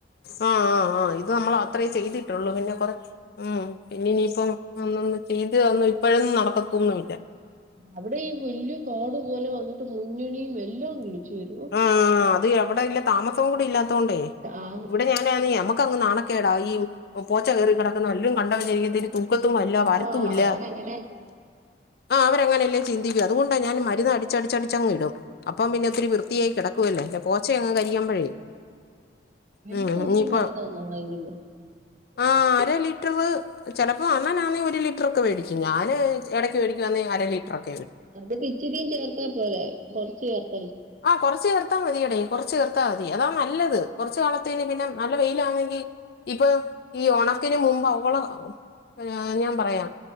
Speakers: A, on the left (about 55°); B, on the right (about 40°).
A: ആഹ് ആഹ് ആഹ് ഇത് നമ്മൾ അത്രേ ചെയ്തിട്ടുള്ളൂ പിന്നെ കുറെ ഉം പിന്നെ ഇനിയിപ്പ ഇത് ഇപ്പഴൊന്നും നടക്കത്തൂന്നും ഇല്ല
B: അവിടെ ഈ വലിയ കാടു പോലെ വന്നിട്ട് മുന്നണിയും എല്ലാം വിളിച്ചു വരുവോ
A: ആഹ് ആഹ് ആഹ് അതവിടെല്ല താമസവും കൂടി ഇല്ലാത്ത കൊണ്ടേ
B: ആന്ന്
A: ഇവിടെ <unintelligible> നമുക്ക നാണക്കേടാ ഈ പൂച്ച കയറി കിടക്കുന്ന വല്ല കണ്ട വരിക്ക <unintelligible> മുക്കത്തുല്ല വരത്തുല്ല
B: ആഹ് അവരങ്ങനെ
A: ആഹ അവരങ്ങനല്ലേ ചന്തിക്കു അത് കൊണ്ട് മരുന്ന് അടിച്ചടിച്ചടിച്ച അങ് ഇടും അപ്പം പിന്നെ ഒത്തിരി വൃ <unintelligible> കിടക്കുവല്ലേ ഈ പോച്ചെ അങ് കരിയാുമ്പോഴേ
B: വല്യ
A: ഉം ഉം
B: കുപ്പി
A: ഇനപ്പ
B: മരുന്നാന്നോ <inaudible>
A: ആ അര ലിറ്റർ ചിലപ്പോ അണ്ണൻ ആണെങ്കിൽ നാണെ ഒരു ലിറ്ററൊക്കെേടും ഞാന്ൻ ഇടയ്ക്ക് മേടിക്കുംവാന്നേ അര ലിറ്ററൊക്കെ വേടിക്കും
B: അത് ച്ചിരിയും ചേർത്താ പോരെ കൊറച്ചു ചേർക്ക
A: അ കൊറചേർ നിർത്താൽ മതിയടേ കുറച്ച് ചേർത്തിയാൽ മതി അതാ നല്ലത് കുറച്ചു കാലത്തിന് പിന്നെ നല്ല വെയിലാന്നെങ്കിൽ ഇപ്പൊ ഈ ഉണക്കന് മുമ്പ് അവള നാ ഞാൻ പറയാം